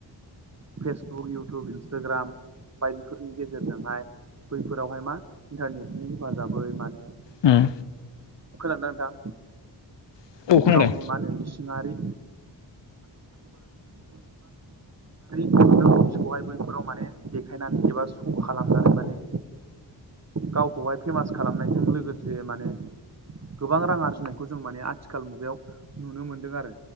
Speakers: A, on the right (about 35°); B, on the left (about 70°).
A: फेसबुक इउटुब इन्सटाग्राम बायदिफोरनि गेजेरजोंहाय बैफोरावहाय मा इन्टारनेटनि हेफाजाबै माने खोनादोंना
B: उम
A: नोंथां?
B: औ खोनादों
A: गावनि मा होनो इसिङारि <unintelligible> बिखौहाय बैफोराव माने देखायनानै एबा श' खालामनानै माने गावखौहाय फेमास खालामनायजों लोगोसे माने गोबां रां आरजिनायखौ जों माने आथिखाल मुगायाव नुनो मोनदों आरो।